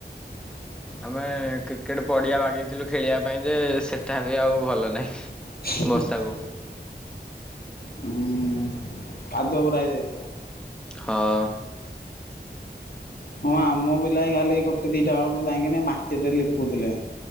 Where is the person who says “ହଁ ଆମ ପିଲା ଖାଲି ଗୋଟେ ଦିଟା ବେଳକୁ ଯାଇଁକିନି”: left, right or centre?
Left